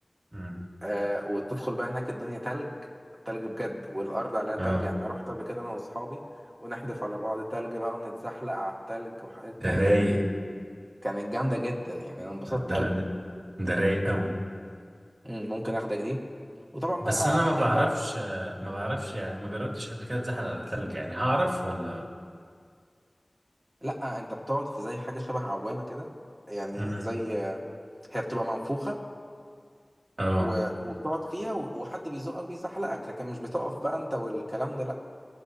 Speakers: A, on the right; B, on the right.
A: مم.
B: آه وتدخل بقى هناك الدنيا تلج تلج بجد والأرض عليها تلج
A: اه
B: يعني أنا رحت قبل كده أنا وأصحابي ونحدف على بعض تلج بقى ونتزحلق على التلج وحاجات
A: ده
B: كا-
A: رايق
B: يعني كانت جامدة جدا يعني أنا انبسطت
A: اه ده
B: أوي
A: لا ده ده رايق قوي
B: مم، ممكن آخدك دي وطبعا
A: بس
B: بقى
A: انا
B: أماكن
A: ما بعرفش
B: بقى
A: آه، ما بعرفش يعني ما جربتش قبل كده اتزحل
B: مم.
A: على تلج يعني هعرف ولا
B: لأ أنت بتقعد في زي حاجة شبه عوامة كده يعني
A: مم.
B: زي هي بتبقى منفوخة
A: اه
B: و... وبتقعد فيها و... وحد بيزقك بيزحلقك لكن مش بتقف بقى انت والكلام ده لا